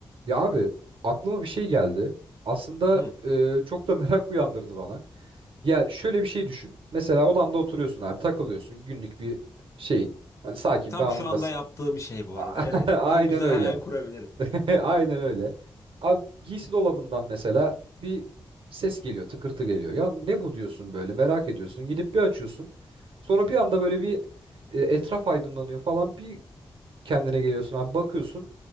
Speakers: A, on the right (about 75°); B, on the left (about 35°).
A: Ya abi aklıma bir şey geldi. Aslında
B: Hı.
A: e, çok da <laughs> merak uyandırdı bana. Ya şöyle bir şey düşün. Mesela odanda oturuyorsun abi takılıyorsun günlük bir şeyin. Hani sakin
B: Tam
A: bir anındasın.
B: şu anda yaptığım şey bu
A: <laughs>
B: arada. Evet.
A: Aynen
B: Çok güzel
A: öyle.
B: hayal kurabilirim.
A: <laughs> Aynen öyle. Abi giysi dolabından mesela bir ses geliyor tıkırtı geliyor. Ya ne bu diyorsun böyle merak ediyorsun. Gidip bir açıyorsun. Sonra bir anda böyle bir e, etraf aydınlanıyor falan. Bir kendine geliyorsun abi bakıyorsun